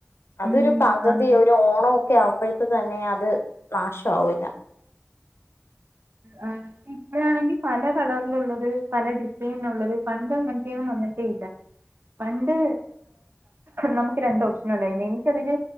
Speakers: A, on the left; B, on the right.
A: അതൊരു
B: ഉം
A: പകുതി
B: ആണ്
A: ഒരു ഓണവൊക്കെ ആവുമ്പോഴത്തെക്ക് തന്നെ അത് നാശാവൂല
B: ആ ഇപ്പഴാണെങ്കീ പല കളറിൽ ഉള്ളത് പല ഡിസൈനൊള്ളത് പണ്ട് എങ്ങനത്തെയൊന്നും വന്നിട്ടേ ല പണ്ട് നമ്മുക്ക് രണ്ട് ഓപ്ഷനുണ്ടായിന്നു എനിക്കതില്